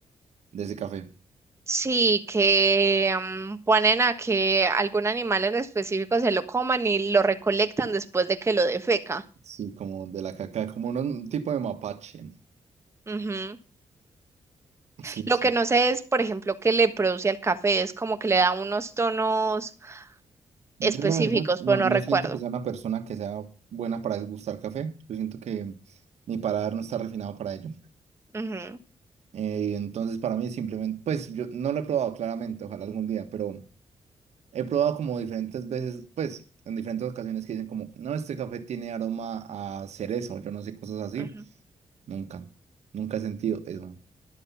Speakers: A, on the right; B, on the right.
A: de ese café.
B: Sí, que mm, ponen a que algún animal en específico se lo coman y lo recolectan después de que lo defeca.
A: Sí, como de la caca, como un, un tipo de mapache.
B: Ujú.
A: Sí,
B: Lo
A: sí.
B: que no sé es, por ejemplo, qué le produce al café, es como que le da unos tonos
A: Yo
B: específicos,
A: la verdad no,
B: pero no
A: no
B: recuerdo.
A: siento que sea una persona que sea buena para degustar café. Yo siento que mi paladar no está refinado para ello.
B: Ujú,
A: Eh, entonces para mí simplemente, pues yo no lo he probado claramente, ojalá algún día, pero he probado como diferentes veces, pues en diferentes ocasiones que dicen como, no, este café tiene aroma a cerezo, yo no sé, cosas así.
B: ujú.
A: Nunca, nunca he sentido eso.